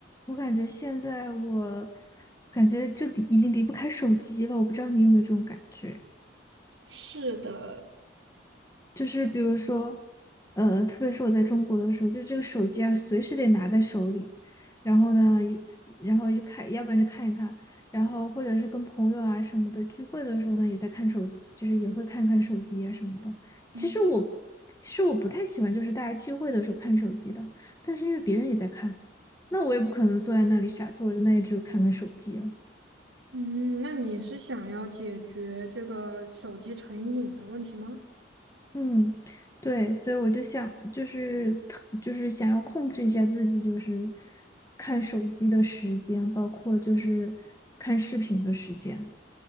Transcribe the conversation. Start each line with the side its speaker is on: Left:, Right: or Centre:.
Left: 我感觉现在我感觉就离已经离不开手机了，我不知道你有没有这种感觉，
Right: 是的，
Left: 就是比如说，呃，特别是我在中国的时候，就这个手机啊，随时得拿在手里，然后呢，有然后就看，要不然就看一看，然后或者是跟朋友啊什么的聚会的时候呢，也在看手机，就是也会看看手机啊什么的。
Right: 嗯，
Left: 其实我其实我不太喜欢就是大家聚会的时候看手机的，但是因为别人也在看，那我也不可能坐在那里傻坐着，那也只有看看手机了。
Right: 嗯那你是想要解决这个手机成瘾的问题吗？
Left: 嗯，对，所以我就想，就是特就是想要控制一下自己，就是看手机的时间，包括就是看视频的时间。